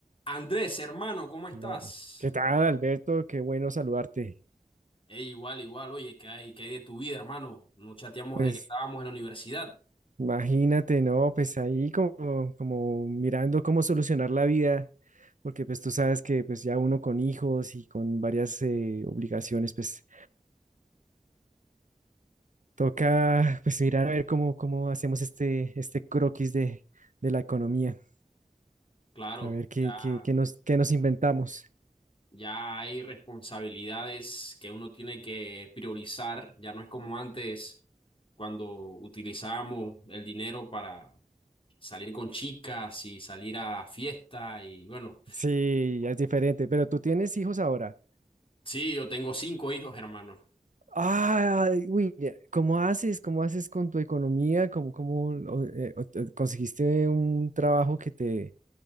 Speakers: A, on the left (about 35°); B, on the right (about 60°).
A: Andrés, hermano, ¿cómo estás?
B: No. ¿Qué tal, Alberto? Qué bueno saludarte.
A: Ey, igual, igual, oye, ¿qué hay, qué hay de tu vida, hermano? No chateamos
B: Pues
A: de que estábamos en la universidad.
B: imagínate, ¿no? Pues ahí como, como mirando cómo solucionar la vida, porque pues tú sabes que pues ya uno con hijos y con varias eh, obligaciones, pues toca pues mirar a ver cómo, cómo hacemos este, este croquis de, de la economía,
A: Claro,
B: a ver qué,
A: ya,
B: qué, qué nos, qué nos inventamos.
A: ya hay responsabilidades que uno tiene que priorizar. Ya no es como antes, cuando utilizábamos el dinero para salir con chicas y salir a fiesta. Y bueno,
B: Sí, ya es diferente, pero tú tienes hijos ahora.
A: sí, yo tengo cinco hijos, hermano.
B: Ah, uy, ya, ¿cómo haces? ¿Cómo haces con tu economía? ¿Cómo, cómo o- eh, o- eh, conseguiste un trabajo que te,